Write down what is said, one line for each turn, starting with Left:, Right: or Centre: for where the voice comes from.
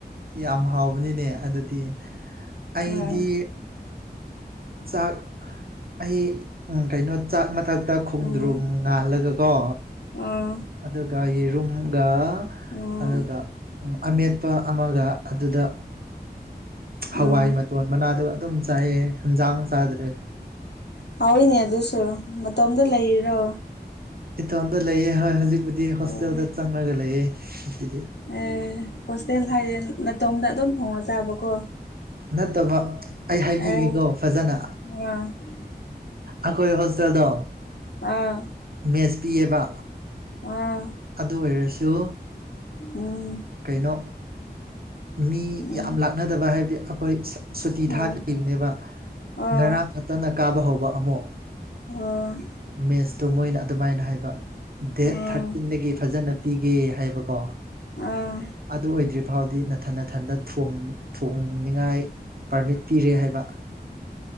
Right: ꯌꯥꯝ ꯍꯥꯎꯕꯅꯤꯅꯦ ꯑꯗꯨꯗꯤ ꯑꯩꯗꯤ
Left: ꯑꯥ
Right: ꯆꯥꯛ ꯑꯩ ꯎ ꯀꯩꯅꯣ ꯆꯥꯛ ꯃꯊꯛꯇ ꯈꯣꯡꯗ꯭ꯔꯨꯝ
Left: ꯎꯝ
Right: ꯉꯥꯜꯂꯒꯀꯣ
Left: ꯑꯥ
Right: ꯑꯗꯨꯒ ꯌꯦꯔꯨꯝꯒ
Left: ꯎꯝ
Right: ꯑꯗꯨꯒ ꯑꯃꯦꯠꯄ ꯑꯃꯒ ꯑꯗꯨꯗ
Left: ꯎꯝ
Right: ꯍꯋꯥꯏ ꯃꯇꯣꯟ ꯃꯅꯥꯗꯨꯒ ꯑꯗꯨꯝ ꯆꯥꯏꯌꯦ ꯍꯟꯖꯥꯡ ꯆꯥꯗ꯭ꯔꯦ
Left: ꯍꯥꯎꯏꯅꯦ ꯑꯗꯨꯁꯨ ꯃꯇꯣꯝꯇ ꯂꯩꯔꯣ
Right: ꯏꯇꯣꯝꯇ ꯂꯩꯑꯦ ꯍꯣꯏ ꯍꯧꯖꯤꯛꯄꯨꯗꯤ ꯍꯣꯁꯇꯦꯜꯗ
Left: ꯑꯣ
Right: ꯆꯪꯉꯒ ꯂꯩꯑꯦ
Left: ꯑꯦ ꯍꯣꯁꯇꯦꯜ ꯍꯥꯏꯗꯤ ꯅꯇꯣꯝꯗ ꯑꯗꯨꯝ ꯊꯣꯡꯉ ꯆꯥꯕꯀꯣ
Right: ꯅꯠꯇꯕ ꯑꯩ ꯍꯥꯏꯕꯤꯒꯦꯀꯣ
Left: ꯑꯦ
Right: ꯐꯖꯅ
Left: <unintelligible>
Right: ꯑꯩꯈꯣꯏ ꯍꯣꯁꯇꯦꯜꯗꯣ
Left: ꯑꯥ
Right: ꯃꯦꯁ ꯄꯤꯌꯦꯕ
Left: ꯑꯥ
Right: ꯑꯗꯨ ꯑꯣꯏꯔꯁꯨ
Left: ꯎꯝ
Right: ꯀꯩꯅꯣ ꯃꯤ
Left: ꯎꯝ
Right: ꯌꯥꯝ ꯂꯥꯛꯅꯗꯕ ꯍꯥꯏꯕꯗꯤ ꯑꯩꯈꯣꯏ ꯁꯨꯇꯤ
Left: ꯍꯣꯏ
Right: ꯊꯥꯈꯤꯕꯅꯦꯕ
Left: ꯑꯥ
Right: ꯉꯔꯥꯡ ꯈꯛꯇꯅ ꯀꯥꯕ ꯍꯧꯕ ꯑꯃꯨꯛ
Left: ꯑꯣ
Right: ꯃꯦꯠꯁꯇꯣ ꯃꯣꯏꯅ ꯑꯗꯨꯃꯥꯏꯅ ꯍꯥꯏꯕ ꯗꯦꯠ
Left: ꯑꯣ
Right: ꯊꯥꯔ ꯐꯖꯅ ꯄꯤꯒꯦ ꯍꯥꯏꯕꯀꯣ
Left: ꯑꯥ
Right: ꯑꯗꯨ ꯑꯣꯏꯗ꯭ꯔꯤ ꯐꯥꯎꯗꯤ ꯅꯥꯊꯟ ꯅꯥꯊꯟꯗ ꯊꯣꯡꯅꯤꯡꯉꯥꯏ ꯄꯥꯔꯃꯤꯠ ꯄꯤꯔꯦ ꯍꯥꯏꯕ